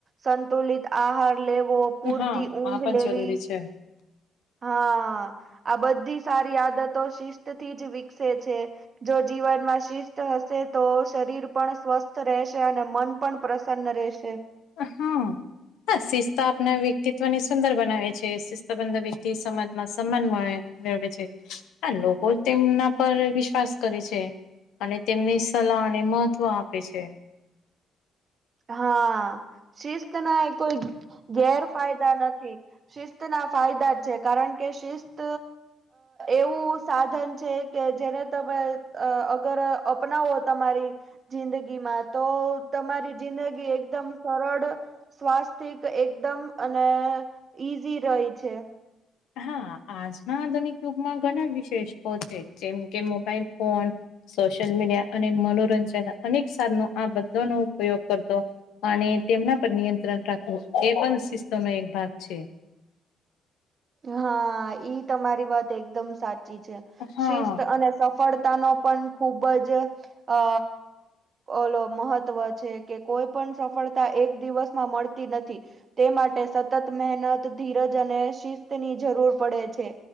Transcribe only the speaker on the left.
હા
આ પણ
જરૂરી છે
હા. હા, શિસ્ત આપણા વ્યક્તિત્વને સુંદર બનાવે છે. શિસ્તબદ્ધ વ્યક્તિને સમાજમાં સન્માન મળે. મેળવે છે, લોકો તેમના પર વિશ્વાસ કરે છે. અને તેમની સલાહને મહત્વ આપે છે.
હા, આજના આધુનિક યુગમાં ઘણા વિશેષકો છે, જેમ કે મોબાઈલ ફોન. સોશિયલ મીડિયા અને મનોરંજન અનેક સાધનો આ બધો નો ઉપયોગ કરતો. અને તેમના પર નિયંત્રણ રાખવું એ, પણ શિસ્તનો એક ભાગ છે.
હા